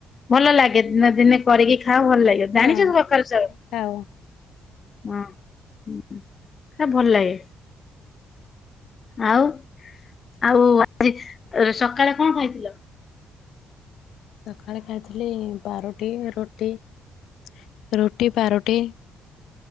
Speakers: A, on the left; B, on the left.
A: ଭଲ ଲାଗେ ଦିନେ ଦିନେ କରିକି ଖାଅ ଭଲ ଲାଗିବ
B: ହଁ।
A: ଜାଣିଚ କଖାରୁ ଶାଗ-
B: ନାଇଁ ଖାଉ
A: ହଁ। ସେଟା ଭଲ୍ ଲାଗେ। ଆଉ -ଆଉ ଆଜି ସକାଳେ କଣ ଖାଇଥିଲ?
B: ସକାଳେ ଖାଇଥିଲି ପାରୁଟି ରୁଟି -ରୁଟି ପାରୁଟି